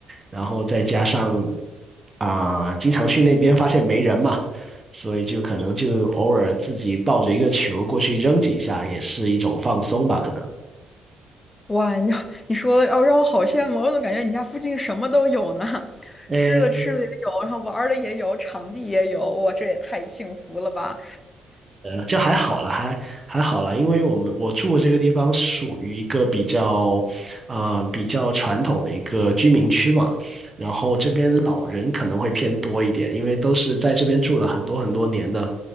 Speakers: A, on the right (about 20°); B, on the left (about 25°).
A: 然后再加上啊，经常去那边发现没人嘛。所以就可能就偶尔自己抱着一个球过去扔几下，也是一种放松吧，可能。
B: 哇，你 <laughs> 你说的哦，让我好羡慕，我怎么感觉你家附近什么都有呢？<laughs>
A: 呃，
B: 吃的吃的也有，然后玩儿的也有，场地也有，哇，这也太幸福了吧！
A: 就还好啦，还还好啦，因为我们我住的这个地方属于一个比较，啊、比较传统的一个居民区嘛，然后这边老人可能会偏多一点，因为都是在这边住了很多很多年的，